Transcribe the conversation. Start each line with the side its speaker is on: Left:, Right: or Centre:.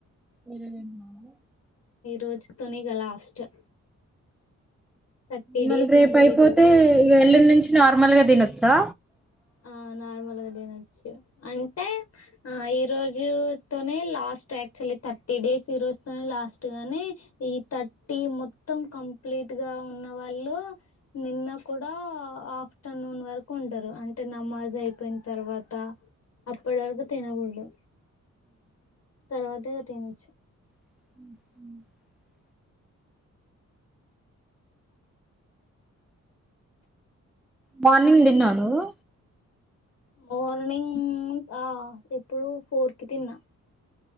Centre: ఏరడున్నా <inaudible>
Left: <inaudible> థర్టీ
Centre: మలి
Left: డేస్
Centre: రెపూ
Left: కంప్లీట్
Centre: ఐపొతె
Left: ఇగ
Centre: ఎ లి నుంచి నార్మల్ గా తినొచ్చా
Left: ఆ నార్మల్గా తినొచ్చు అంటే ఆ ఈ రోజుతోనే లాస్ట్ యాక్చువల్లీ థర్టీ డేస్ ఈ రోజుతోనే లాస్ట్ గాని ఈ థర్టీ మొత్తం కంప్లీట్ గా ఉన్న వాళ్ళు నిన్న కూడా ఆఫ్టర్నూన్ వరకు ఉంటారు అంటే అట్టే నమాజ్ అయిపోయిన తర్వాత అప్పటి వరకు తినకూడదు ప్రత క త వచ్చు <unintelligible>
Centre: <inaudible> మార్నింగ్ తిన నువూ
Left: మార్నింగ్ ఆ ఎప్పుడు ఫోర్ కి తిన్నా